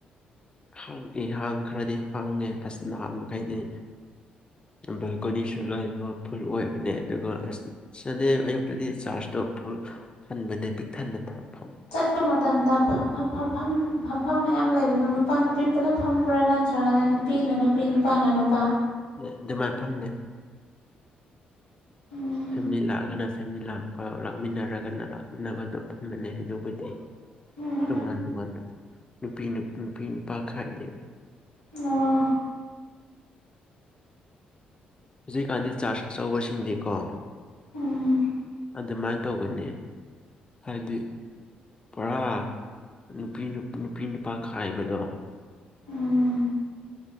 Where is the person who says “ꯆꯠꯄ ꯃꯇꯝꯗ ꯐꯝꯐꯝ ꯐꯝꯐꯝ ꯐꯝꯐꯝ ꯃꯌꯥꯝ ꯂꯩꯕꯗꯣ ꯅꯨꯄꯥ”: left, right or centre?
Left